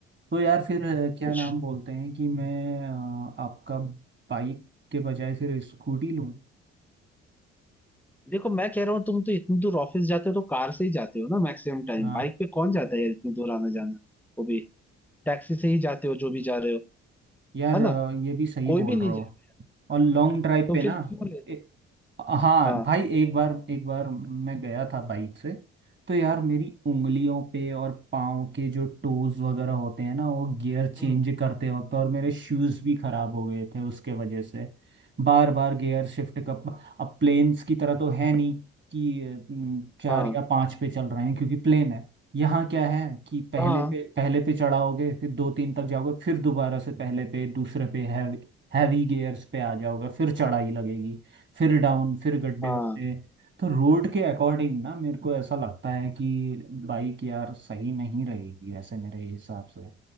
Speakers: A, on the right; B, in the centre.
A: तो यार फिर अ, क्या
B: कुछ
A: नाम बोलते हैं कि मैं अ, आपका बाइक के बजाय फिर स्कूटी लूँ
B: देखो मैं कह रहा हूँ तुम तो इतनी दूर ऑफिस जाते हो तो कार से ही जाते हो ना मैक्सिमम टाइम
A: हाँ,
B: बाइक पे कौन जाता है यार इतनी दूर आना जाना वो भी टैक्सी से ही जाते हो जो भी जा रहे हो
A: यार
B: है
A: अ,
B: ना
A: ये भी सही
B: कोई
A: बोल
B: भी नहीं
A: रहे
B: जाएगा
A: हो और लॉन्ग ड्राइव
B: तो
A: पे
B: फिर
A: ना
B: क्यों लेना
A: ए, हाँ
B: हाँ
A: भाई एक बार एक बार मैं गया था बाइक से तो यार मेरी उंगलियों पे और पाँव के जो टोज वगैरह होते हैं ना वो गियर चेंज
B: हम्म
A: करते वक्त और मेरे शूज़ भी खराब हो गए थे उसके वजह से बार बार गियर शिफ्ट कर अब प्लेन्स की तरह तो है नहीं कि अ, चार
B: हाँ
A: या पाँच पे चल रहे हैं क्योंकि प्लेन है यहाँ क्या है कि पहले
B: हाँ
A: पे पहले पे चढ़ाओगे फिर दो तीन तक जाओगे फिर दोबारा से पहले पे दूसरे पे हैवी हैवी गियर्स पे आ जाओगे फिर चढ़ाई लगेगी फिर डाउन फिर गड्ढे
B: हाँ
A: वड्ढे तो रोड के अकॉर्डिंग ना मेरे को ऐसा लगता है कि बाइक यार सही नहीं रहेगी वैसे मेरे हिसाब से